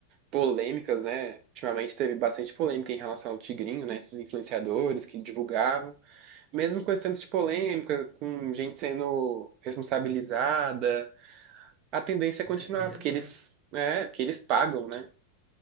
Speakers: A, on the right; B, in the centre.
A: polêmicas, né, ultimamente teve bastante polêmica em relação ao Tigrinho, né, esses influenciadores que divulgavam, mesmo com esse tanto de polêmica, com gente sendo responsabilizada, a tendência é
B: Até
A: continuar,
B: presa,
A: porque eles,
B: né?
A: é, que eles pagam, né.